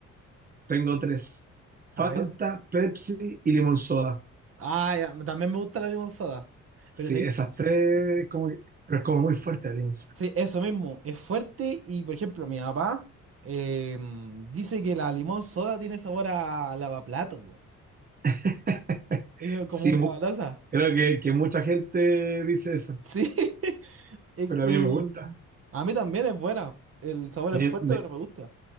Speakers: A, on the right; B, on the right.
A: tengo tres. Fanta,
B: A ver.
A: Pepsi y limón soda.
B: Ah, ya, también me gusta la limonada.
A: Sí,
B: Pero es ahí.
A: esas tres, como que- pero es como muy fuerte el limón
B: Sí, eso mismo, es fuerte y por ejemplo mi papá em, dice que la limón soda tiene sabor a lavaplato, weón.
A: <laughs>
B: Es
A: Sí,
B: como un
A: mu-
B: lavaloza.
A: creo que, que mucha gente dice eso,
B: Sí, <laughs> es
A: pero
B: que,
A: a mí me gusta.
B: em, a mí también es buena, el sabor
A: A
B: es
A: mí
B: fuerte
A: me,
B: pero me gusta.